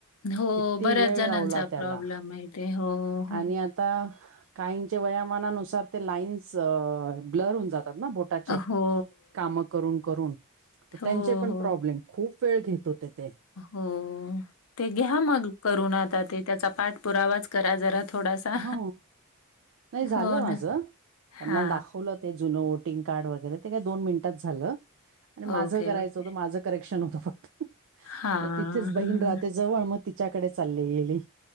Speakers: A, on the left; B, on the right.
A: हो
B: किती
A: बऱ्याच
B: वेळ
A: जणांचा
B: लावला त्याला,
A: प्रॉब्लेम आहे ते हो हो
B: आणि आता आता, काहींच्या व्यायामानानुसार ते लाईन्स ब्लर होऊन जातात ना बोटाचे
A: अ हो
B: काम करून-करून, तर
A: हो
B: त्यांचे पण
A: हो
B: प्रॉब्लेम खूप वेळ घेत होते ते
A: हो, ते घ्या मग करून आता ते त्याचा पाठपुरावाच करा जरा थोडासा,
B: ह नाही झालं
A: हो
B: माझं
A: ना,
B: त्यांना
A: हा
B: दाखवलं ते जुनं वोटिंग कार्ड वगैरे, ते काय दोन मिनिटात झालं आणि माझं
A: ओके,
B: करायचं
A: ओके.
B: होतं, माझं करेक्शन होतं फक्त
A: हां,
B: मग तिथेच बहीण
A: हां.
B: राहते जवळ, मग तिच्याकडे चालली गेली.